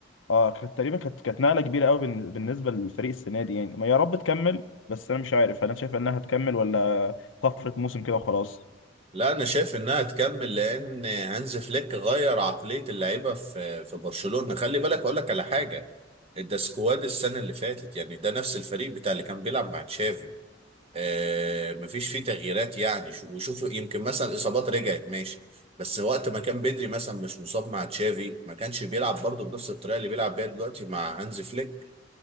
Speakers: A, on the left; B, on the right.
A: اه كانت تقريبا كانت كانت نقله كبيره قوي بالن- بالنسبه للفريق السنه دي يعني ما يا رب تكمل بس انا مش عارف هل انا شايف انها هتكمل ولا طفره موسم كده وخلاص
B: لا أنا شايف إنها تكمل لأن هانز فليك غير عقلية اللعيبة في في برشلونة خلي بالك أقول لك على حاجة ده سكواد السنة اللي فاتت يعني ده نفس الفريق بتاع اللي كان بيلعب مع تشافي آه، مفيش فيه تغييرات يعني شو- وشوف يمكن مثلا الاصابات رجعت ماشي بس وقت ما كان بدري مثلا مش مصاب مع تشافي ما كانش بيلعب برضه بنفس الطريقه اللي بيلعب بيها دلوقتي مع هانز فليك